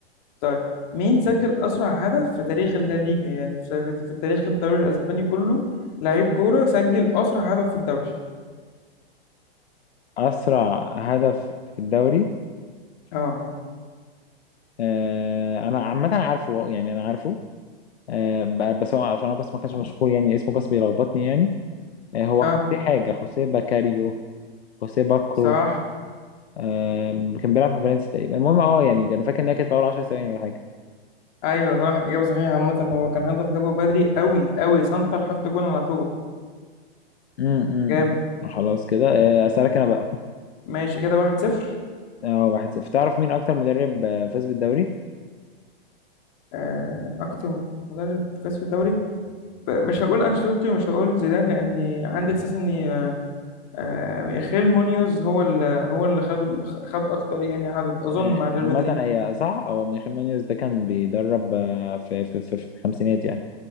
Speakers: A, on the left; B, on the left.
A: طيب مين سجل اسرع هدف في تاريخ الليجا يعني في, في تاريخ الدوري الاسباني كله لعيب كوره سجل اسرع هدف في الدوري
B: اسرع هدف في الدوري
A: اه
B: آه انا عامه عارفه يعني انا عارفه آه ب- بس هو عشان هو بس ما كانش مشهور يعني اسمه بس بيلخبطني يعني آه هو
A: اه
B: خوسيه حاجه خوسيه باكاريو خوسيه باكرو
A: صح
B: آه كان بيلعب في فالنسيا تقريبا المهم اه يعني ده انا فاكر انها كانت في اول 10 ثواني ولا حاجه
A: ايوه صح اجابه صحيحه عامه هو كان هدف جابه بدري قوي قوي سنتر حط جون على طول
B: امم
A: جامد
B: خلاص كده آه اسالك انا بقى
A: ماشي كده 1-0
B: اه واحد صفر تعرف مين اكتر مدرب آه، فاز بالدوري
A: آه، اكتر مدرب فاز في الدوري ب- مش هقول انشيلوتي ومش هقول زيدان لاني عندي احساس ان آه، ميخيل مونيوز هو اللي هو اللي خد خد اكتر يعني عدد اظن
B: آه،
A: مع ريال
B: عامة
A: مدريد
B: اي صح هو ميخيل مانيوس ده كان بيدرب آه، في في في في الخمسينات يعني